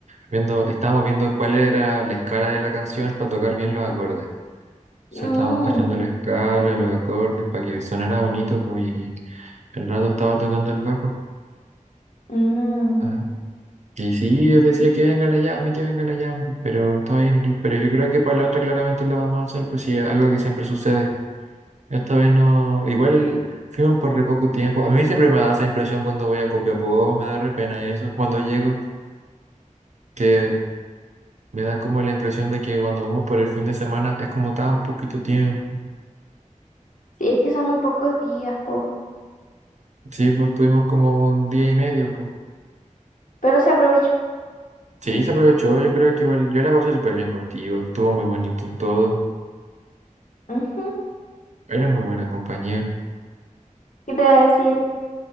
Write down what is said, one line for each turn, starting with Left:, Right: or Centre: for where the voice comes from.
Right: viendo, estábamos viendo cuál era la escala de la canción para tocar bien los acordes. O
Left: Mm,
Right: sea, estábamos cachando la escala, los acordes, para que sonara bonito, pues y el rato estaba tocando el bajo.
Left: mm.
Right: Ajá. Y sí, yo decía que venga la Yambi, que venga la Yambi, pero estaba ahí en el club. Pero yo creo que para la otra claramente lo vamos a hacer, pues sí, algo que siempre sucede. Esta vez no, igual fuimos por re poco tiempo. A mí siempre me da esa impresión cuando voy a Copiapó, me da re pena eso, cuando llego, que me da como la impresión de que cuando vamos por el fin de semana es como tan poquito tiempo.
Left: Sí, es que son muy pocos días, po.
Right: Sí, pues tuvimos como un día y medio, pues.
Left: pero se aprovechó.
Right: Sí, se aprovechó, yo creo que igual, yo la pasé súper bien contigo, estuvo muy bonito todo.
Left: Ujú.
Right: Eres muy buena compañía,
Left: ¿Qué te iba a decir?